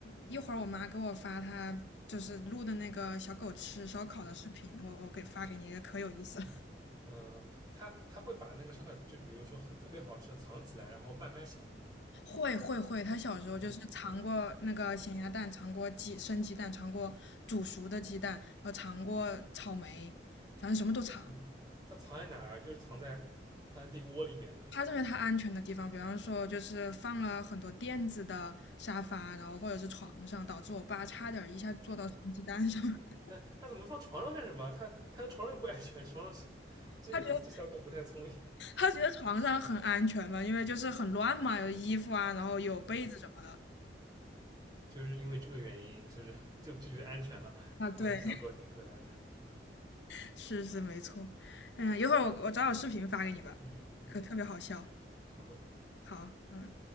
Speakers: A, on the left (about 75°); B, on the right (about 25°).
A: 一会儿我妈给我发她就是录的那个小狗吃烧烤的视频，
B: 嗯
A: 我我给发给你，
B: 嗯，
A: 可有意思了。
B: 嗯，嗯，他他会把那个烧烤，就比如说很特别好吃的藏起来，然后慢慢享用嘛。
A: <laughs> 会会会，她小时候就是尝过那个咸鸭蛋，
B: 嗯
A: 尝过鸡生鸡蛋，尝过煮熟的鸡蛋，呃，尝过草莓，反正什么都尝。
B: 嗯嗯，他藏在哪儿啊？就是藏在藏在自己窝里面。
A: 她认为她安全的地方，比方说就是放了很多垫子的沙发，然后或者是床上，导致我爸差点一下坐到生鸡蛋上。<laughs> 面。
B: 那他怎么放床上干什么啊？他他床上又不安全，床上 <laughs> 这个这小狗不太聪明。
A: 他觉得他觉得床上很安全嘛，因为就是很乱嘛，有衣服啊，然后有被子什么的。
B: 嗯，就是因为这个原因，就是就就觉得安全了。
A: 啊，对，
B: 啊，这小狗挺可爱的。嗯
A: <laughs> 是是没错。呀，一会儿我我找找视频发给你吧，
B: 嗯嗯，
A: 可特别好笑。
B: 好的。
A: 好，嗯。